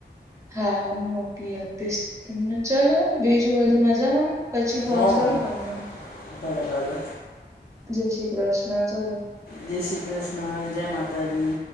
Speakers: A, on the right; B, on the left.
A: હા હું મોકલી આપીશ તને ચલો બીજું બધું મજામાં? પછી ફોન
B: હો
A: કરું
B: હો
A: તમને હું.
B: ભલે ભલે.
A: જય શ્રીકૃષ્ણ ચાલો.
B: જય શ્રી કૃષ્ણ, જય માતાજી.